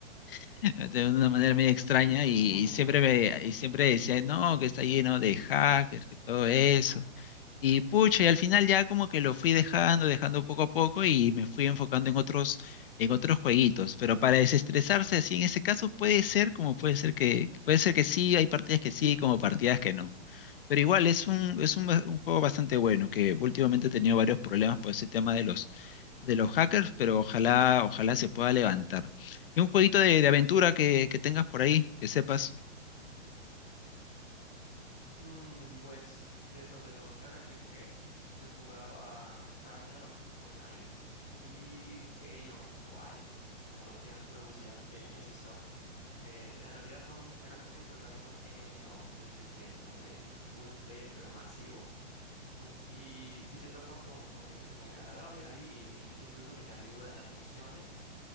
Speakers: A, on the left; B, in the centre.
A: <laughs> de una manera media extraña
B: <laughs>
A: y, y siempre me, y siempre decía, no, que está lleno de hackers, que todo eso. Y pucha, y al final ya como que lo fui dejando, dejando poco a poco y me fui enfocando en otros, en otros jueguitos. Pero para desestresarse así, en ese caso puede ser como puede ser que, puede ser que sí, hay partidas que sí, como partidas que no. Pero igual es un, es un, ba- un juego bastante bueno, que últimamente he tenido varios problemas por ese tema de los, de los hackers, pero ojalá, ojalá se pueda levantar. Y un jueguito de, de aventura que, que tengas por ahí, que sepas.
B: Mm, pues dentro de los RPGs, yo jugaba Ragnarok Online y Aion o Aion, como lo quieran pronunciar, de NCSoft. Eh, en realidad son RPGs, pero también son MMO, es decir, que son de multiplayer, pero masivo. En- Y si te topas con, con gente muy agradable ahí, y- y incluso que te ayuda en las misiones,